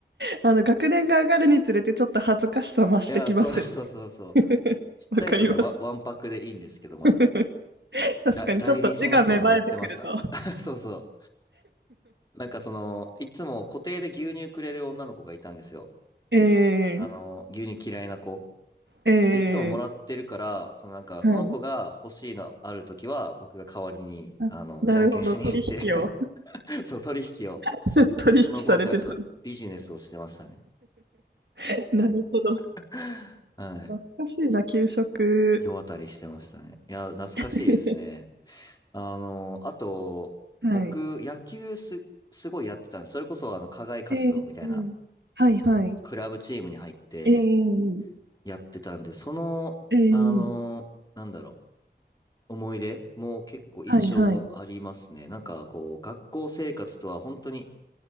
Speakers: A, on the right; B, on the left.
A: あの、学年が上がるにつれてちょっと恥ずかしさ増してきますよ。
B: いや、そう <laughs> そうそうそう。
A: <laughs>
B: ちっちゃいとね、
A: わかります。
B: わ、わんぱくでいいんですけど、
A: <laughs>
B: まだ。
A: 確
B: だ、
A: かにちょっと字が芽生えてくると。
B: 代理戦争もやってました。<laughs> そうそう。なんかその、いつも固定で牛乳くれる女の子がいたんですよ。
A: ええ
B: あの、牛乳嫌いな子。
A: ええ
B: いつももらってるから、そのなんか、
A: はい。
B: その子が欲しいのあるときは、僕が代わりに、
A: あ、
B: あの、
A: なるほど。
B: じゃんけんしに行って
A: 取引を、
B: <laughs> そう、取引を。
A: <laughs> 取引されてたんで
B: その頃からちょっとビジネスをしてましたね。
A: す。<laughs> なるほど。
B: <laughs> はい。
A: 懐かしいな、
B: い
A: 給食。
B: 世渡りしてましたね。いや、懐かしいですね。
A: <laughs>
B: あの、あと、
A: はい。
B: 僕、野球す、すごいやってたんです。それこそ、あの、課外活動みたいな、
A: ええはいはい。
B: クラブチームに入って
A: ええ
B: やってたんで、その、
A: ええ
B: あの、なんだろう、思い出も結構印象もありますね。
A: はいはい。
B: なんか、こう、学校生活とは本当に